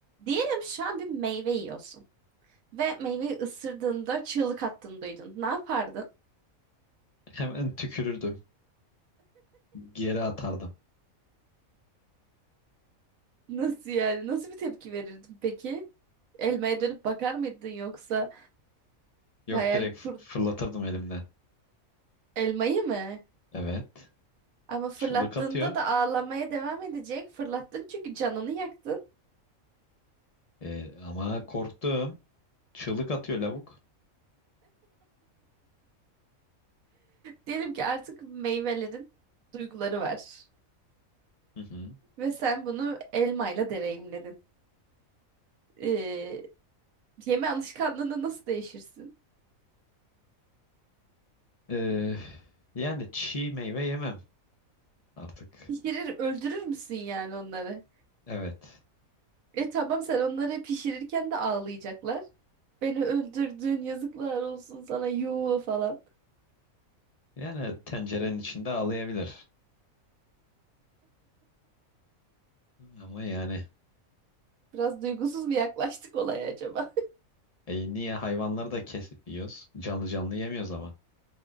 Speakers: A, on the right; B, on the left.
A: Diyelim şu an bir meyve yiyorsun ve meyveyi ısırdığında çığlık attığını duydun. Ne yapardın?
B: Hemen tükürürdüm. Geri atardım.
A: Nasıl yani? Nasıl bir tepki verirdin peki? Elmaya dönüp bakar mıydın yoksa
B: Yok
A: hayal
B: direkt f-
A: kur
B: fırlatırdım elimden.
A: elmayı mı?
B: Evet.
A: Ama fırlattığında
B: Çığlık atıyor.
A: da ağlamaya devam edecek. Fırlattın çünkü canını yaktın.
B: Ee, ama korktum. Çığlık atıyor lavuk.
A: Diyelim ki artık meyvelerin duyguları var
B: Hı hı.
A: ve sen bunu elmayla deneyimledin. Ee, yeme alışkanlığını nasıl değişirsin?
B: Ee, yani çiğ meyve yemem artık.
A: Pişirir, öldürür müsün yani onları?
B: Evet.
A: E tamam sen onları pişirirken de ağlayacaklar. Beni öldürdün yazıklar olsun sana yuh falan.
B: Yani tencerenin içinde ağlayabilir. Ama yani
A: Biraz duygusuz mu yaklaştık olaya acaba? <laughs>
B: e, niye hayvanları da kesip yiyoruz? Canlı canlı yemiyoruz ama.